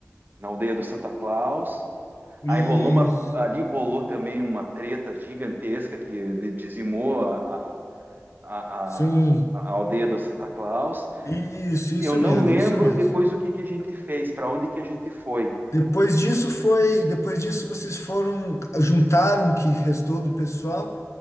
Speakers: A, on the right; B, on the left.
A: na aldeia do Santa Claus.
B: isso,
A: Aí rolou uma, ali rolou também uma treta gigantesca que de- dizimou a, a, a,
B: sim,
A: a a aldeia do Santa Claus.
B: isso, isso
A: Eu não
B: mesmo,
A: lembro
B: isso mesmo.
A: depois o que que a gente fez, para onde que a gente foi.
B: Depois disso foi, depois disso vocês foram, juntaram o que restou do pessoal